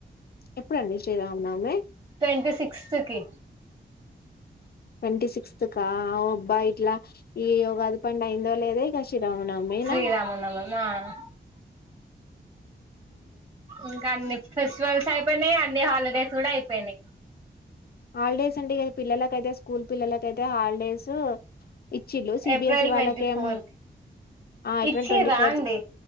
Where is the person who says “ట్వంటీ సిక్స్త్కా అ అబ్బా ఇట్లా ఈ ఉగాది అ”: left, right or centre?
Left